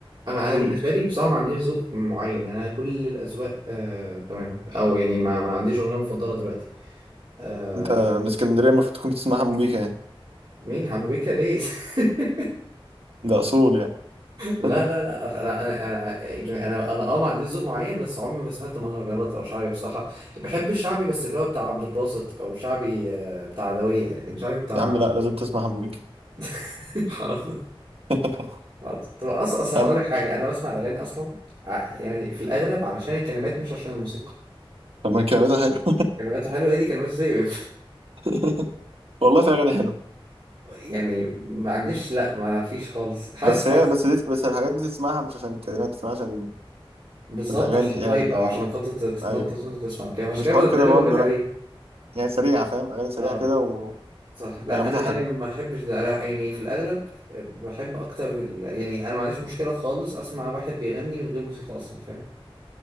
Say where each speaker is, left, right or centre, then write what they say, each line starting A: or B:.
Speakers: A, on the right; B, on the right.
A: انا انا
B: قوله
A: بالنسبه لي بصراحه ما عنديش ذوق معين يعني انا كل الاذواق آه تمام او يعني ما ما عنديش اغنيه مفضله دلوقتي آه
B: انت من اسكندريه المفروض تكون بتسمع حمو بيكا يعني
A: مين حمو بيكا ليه <laughs>
B: ده اصول يعني
A: لا
B: <laughs>
A: لا لا انا انا انا يعني انا انا اه ما عنديش ذوق معين بس عمري ما سمعت مهرجانات او شعبي بصراحه بحب الشعبي بس اللي هو بتاع عبد الباسط او شعبي آه بتاع عدويه لكن شعبي بتاع
B: يا عم لا لازم تسمع حمو بيكا
A: <laughs> حرام.
B: <laughs>
A: حاضر. طب اصلا اصلا
B: طب
A: اقول لك حاجه انا بسمع الاغاني اصلا ع- يعني في الاغلب علشان الكلمات مش عشان الموسيقى
B: طب ما الكلمات حلوة
A: كلماته حلوه ايه دي كلماته زي
B: <laughs> والله في أغاني حلوة
A: <laughs> يعني ما عنديش لا ما فيش خالص حاسس
B: بس
A: حاسس
B: هي بس دي بس الحاجات دي تسمعها مش عشان الكلمات تسمعها عشان
A: بالظبط
B: الأغاني
A: عشان الهايب
B: يعني ال...
A: او
B: ال...
A: عشان خاطر تتنطط
B: أيوه
A: وانت تسمع وكده عشان
B: مش
A: كده
B: حوار
A: ده
B: كده
A: اللي
B: برضه
A: بقول لك عليه
B: لأ يعني سريعة فاهم أغاني سريعة
A: اه
B: كده ونغمتها
A: صح لا انا
B: حلوة
A: انا ما بحبش ده انا يعني في الاغلب بحب اكتر ال... يعني انا ما عنديش مشكله خالص اسمع واحد بيغني من غير موسيقى اصلا فاهم